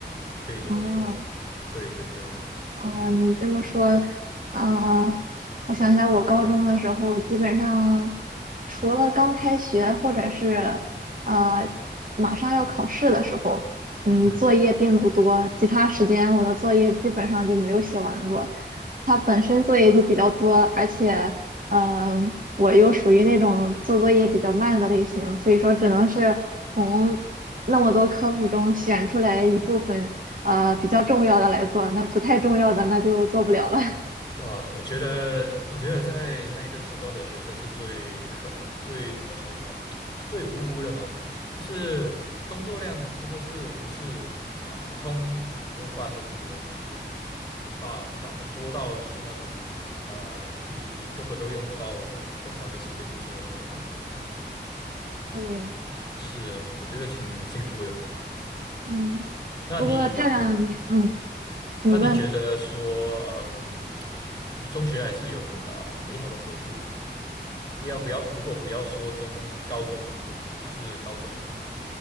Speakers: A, on the left; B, on the right.
A: 可以这么说。
B: 哦，
A: 对对对，
B: 啊，你这么说，啊，我想起来，我高中的时候，基本上除了刚开学或者是呃马上要考试的时候，嗯，
A: 嗯。
B: 作业并不多，其他时间我的作业基本上就没有写完过。它本身作业就比较多，而且，嗯、我又属于那种做作业比较慢的类型，所以说只能是从那么多科目中选出来一部分，呃，比较重要的来做，那不太重要的那就做不了了。<laughs>
A: 哇，我觉得，我觉得在那个时段的学生是最可最怎么说呢？是最无辜的嘛。就是工作量真的是不是啊、普通普通班的多，就是很大很大很多到就是那种呃你你根本都用不到正常的时间去做的那种。
B: 对，
A: 是，我觉得挺辛苦的。
B: 嗯，
A: 那你对，
B: 不过这样你，嗯，你问。
A: 那你觉得说，嗯，你中学还是有啊、呃美好的回忆吗？不要不要，如果不要说中高中，就是高中